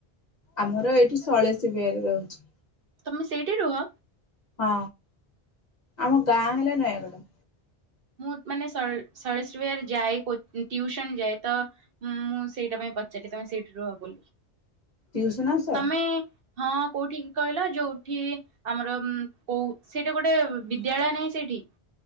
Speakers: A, on the left; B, on the right.
A: ଆମର ଏଇଠି ସଳେସ ବିହାରରେ ରହୁଛୁ।
B: ତମେ ସେଇଠି ରୁହ।
A: ହଁ ଆମ ଗାଁ ହେଲା ନୟାଗଡ।
B: ମୁଁ ମାନେ ସ-ସଳେସ ବିହାର ଯାଏ ଟିଉସନ୍ ଯାଏ ତ ମୁଁ ସେଇଟା ପାଇଁ ପଚାରିଲି ତମେ ସେଇଠି ରୁୁହ ବୋଲି।
A: ଟିଉସନ୍ ଆସ
B: ତମେ ହଁ କୋଉଠି କହିଲ ଯୋଉଠି ଆମର କୋଉ ସେଇଟା ଗୋଟେ ବିଦ୍ୟାଳୟ ନାହିଁ ସେଇଠି।